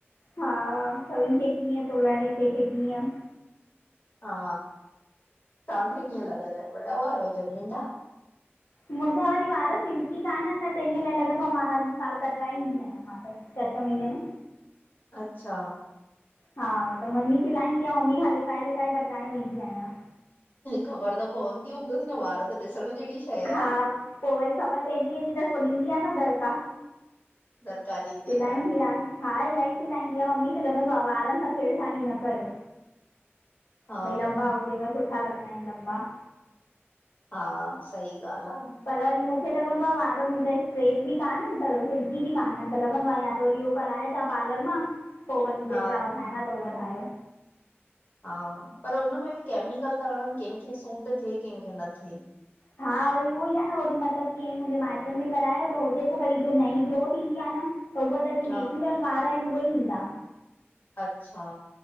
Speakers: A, on the left (about 70°); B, on the left (about 40°).
A: हा, सभिन खे कीअं थो लड़े कहिंखे कीअं।
B: हा तव्हांखे कीअं लॻंदा आ, वॾा वार हुजनि नंढा?
A: मुंजा वरी वार सिल्की काननि न त इन लाइ लॻंदो आ मां हर साल कटराईंदी आहियां, मां त छह- छह महीने में।
B: अच्छा
A: हा त मम्मी चिलाईंदी आ, मम्मी खां लिकाए लिकाए कट्राइड वेंदी आहियां।
B: ख़बर त पवंदी हूंदसि न वार त ॾिसण जहिड़ी शइ
A: हा
B: आ न।
A: पो वरी ख़बर पइजी वेंदी त पो ॾींदी आ न दड़िका।
B: दरकार ॾींदी
A: चिलाइंदी
B: त
A: आ। हा इलाही चिलाईंदी आ, मम्मी खे लॻंदो आ वारनि सां छेड़खानी न कयो।
B: हा
A: भाई लंबा हुजेव, सुठा लॻंदा आहिनि लंबा।
B: हा सही ॻाल्हि आ।
A: पर वरी मूंखे लॻंदो आ वार मुंजा स्ट्रेट बि कान्हनि पर सिल्की बि कान्हनि त लॻंदो आ या त वरी उहो कराए पार्लर मां पो वरी
B: आ
A: जेतरा
B: हा
A: वधाइणा थव वधायो
B: हा पर उन में बि केमिकल था हणन, कंहिंखे सूट थिए कंहिंखे न थिए
A: हा वरी उहो ई आहे न वरी मतलब कंहिं मुंहिंजे माइटन में करायो त हो चवे पियो कि वरी जेको नईं ग्रोथ इंदी आए न त उहा त जो
B: हा
A: नेचुरल वार आहिन उहे ई ईंदा
B: अच्छा